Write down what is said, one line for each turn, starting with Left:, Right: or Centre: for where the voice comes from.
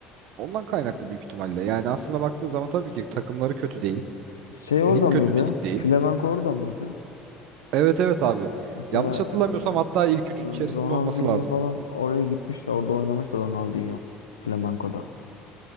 Right: Ondan kaynaklı büyük ihtimalle. Yani aslına baktığın zaman tabii ki takımları kötü değil.
Left: Şey orada
Right: Lig kötü
Left: mıydı?
Right: bir lig değil.
Left: Flamenco orada mıydı?
Right: Evet evet abi.
Left: Mesela
Right: Yanlış hatırlamıyorsam hatta ilk üçün
Left: e,
Right: içerisinde
Left: Ronaldinho
Right: olması lazım.
Left: falan oraya gitmiş de orada oynamıştı Ronaldinho Flamenco'da.